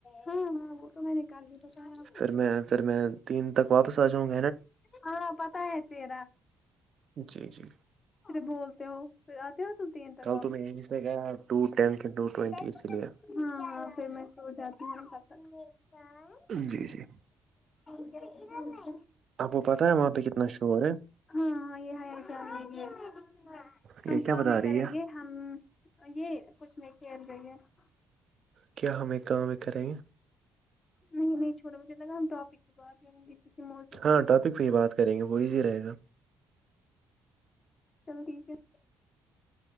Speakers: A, on the left; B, on the right.
A: ہاں ہاں وہ تو میں نکال لی بتا ہے آپ
B: پھر
A: کو
B: میں پھر میں تین تک واپس آجاں <unintelligible>
A: ہاں پتا ہے تیرا
B: جی جی
A: بولتے ہو <inaudible> پھر آتے ہی تم تین تک
B: کل
A: واپس
B: تو میں یہیں سے گیا ٹو ٹین کے ٹو ٹوینٹی
A: ہاں
B: اسی لیے
A: ہاں پ مٹ <inaudible> ہو جاتی ہیں
B: جی جی
A: خ <inaudible>
B: آپ کو پتہ ہے وہاں پہ کتنا شور ہے
A: ہاں یہ ہے جان <inaudible>
B: یہ
A: ہم
B: کیا
A: کام
B: بتا
A: ہی
B: رہی
A: کریں
B: ہے
A: گے ہم یہ کچھ نہیں کھیل رہ ہے <inaudible>
B: کیا ہم ایک کام کریں گے
A: نہیں چھوا مجھے لگا ہم ٹاپک پ باتد یع کسی موضوع
B: ہاں
A: <inaudible>
B: ٹاپک پہ ہی بات کریں گے وہ ایزی رہے گا
A: چل ٹھیک ہے